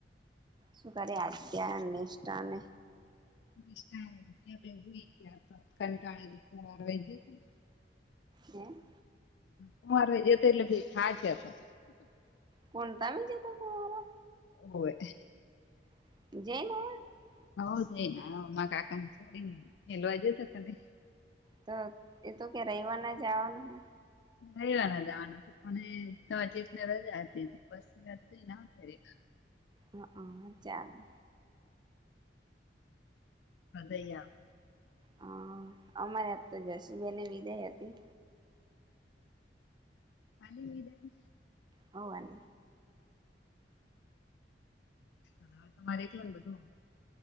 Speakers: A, on the right; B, on the left.
A: શું કરે આધ્યા નિષ્ઠા ને.
B: નિષ્ઠા આધ્યા બે હુઈ ગ્યા તા કંટાળે કુંમાર <inaudible>
A: હમ્મ.
B: કુંવારે જિયા તિયાં એટલે થાક્યા તા.
A: કોણ તમે જિયા તા કુંવારે.
B: હોવે
A: <inaudible>
B: આવ જઈ ને કાકાને છોડીને નીલવા જ તો કને
A: તો એ તો કે રવિવર ના જવાનું હ
B: રવિવાર ના જવાનું હતું પણટ રજા હતી હતી બસ વા
A: હ હા ચાલે
B: અયા
A: હા અમારે આજ તો જશીબેન ને વિદાય હતી
B: આલી વિદાય
A: હોવા ન
B: અવા તો મારી એ ટલે બધું